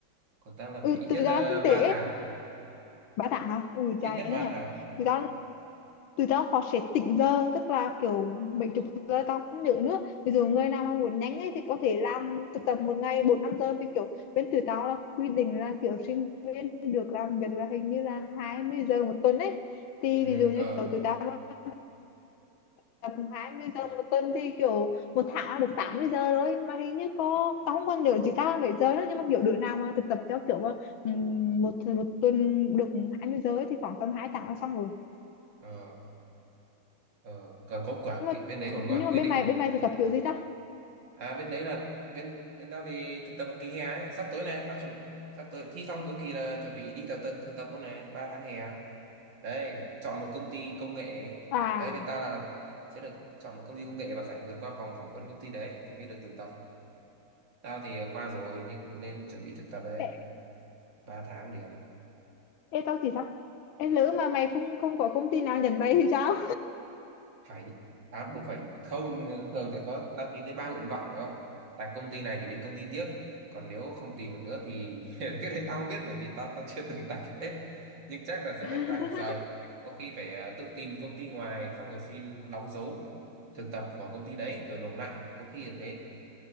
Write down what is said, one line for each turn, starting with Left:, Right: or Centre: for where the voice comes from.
Right: còn tao là
Left: ừ
Right: phải ít
Left: từ
Right: nhất
Left: đó kinh
Right: uh,
Left: tế
Right: 3
Left: ấy.
Right: tháng
Left: ba tháng hả ui
Right: ít
Left: trời
Right: nhất
Left: thế
Right: ba
Left: nhỉ
Right: tháng
Left: từ đó tụi tao họ sẽ tỉnh giờ tức là kiểu mấy chục giờ tao không nhớ nữa ví dụ người nào mà muốn nhanh ấy thì có thể làm thực tập một ngày bốn năm giờ vì kiểu bên tụi tao là quy định là kiểu sinh viên được làm việc là hình như là 20 giờ một tuần ấy thì
Right: ừ
Left: ví dụ như
Right: ờ
Left: kiểu tụi tao mà tập 20 giờ một tuần thì kiểu một tháng là được 80 giờ thôi mà hình như có tao không còn nhớ chỉ tao là mấy giờ nữa nhưng mà kiểu đứa nào mà thực tập theo kiểu mà, ừm, một một tuần được 20 giờ ấy thì khoảng tầm 2 tháng là xong rồi
Right: ờ ờ còn có quả
Left: nhưng mà
Right: kỳ- bên đấy còn có
Left: nhưng
Right: cả
Left: mà
Right: quy
Left: bên
Right: định
Left: mày bên
Right: ờ,
Left: mày thực tập kiểu gì ta
Right: à bên đấy là bên bên tao thì thực tập ở kỳ hè ấy sắp tới này tao chuẩn sắp tới thi xong cuối kỳ là chuẩn bị đi thực tập thực tập luôn này 3 tháng hè à? đấy chọn một công ty công nghệ
Left: À,
Right: đấy bên ta là sẽ được chọn một công ty công nghệ và phải vượt qua vòng phỏng vấn công ty đấy thì mới được thực tập tao thì qua rồi nhưng nên chuẩn bị thực tập đấy
Left: ê,
Right: ba tháng liền
Left: ê tao thì sao? Ê, lỡ mà mày không không có công ty nào nhận mày thì sao?
Right: phải à, buộc phải không thường sẽ có đăng ký tới ba nguyện vọng phải không tại công ty này thì đến công ty tiếp còn nếu không tìm được nữa thì <laughs> cái đấy tao không biết bởi vì tao tao chưa từng tạch hết nhưng chắc là sẽ phải
Left: <laughs>
Right: lại phải rời có khi phải ờ, tự tìm công ty ngoài xong rồi xin đóng dấu thực tập của công ty đấy rồi nộp lại có khi là thế